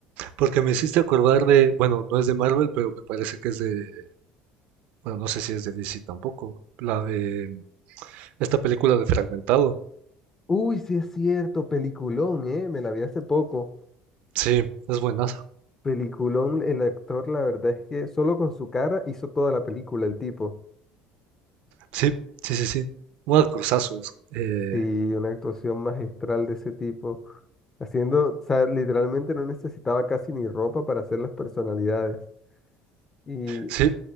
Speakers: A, on the right; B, on the left.
A: Porque me hiciste acordar de, bueno, no es de Marvel, pero me parece que es de, bueno, no sé si es de DC tampoco, la de Esta película de Fragmentado,
B: Uy, sí es cierto, peliculón, eh, me la vi hace poco,
A: sí, es buenaza.
B: peliculón, el actor, la verdad es que solo con su cara hizo toda la película, el tipo.
A: Sí, sí, sí, sí. Un actorzazo es. Eh,
B: Sí, una actuación magistral de ese tipo, haciendo, o sea, literalmente no necesitaba casi ni ropa para hacer las personalidades. Y
A: sí,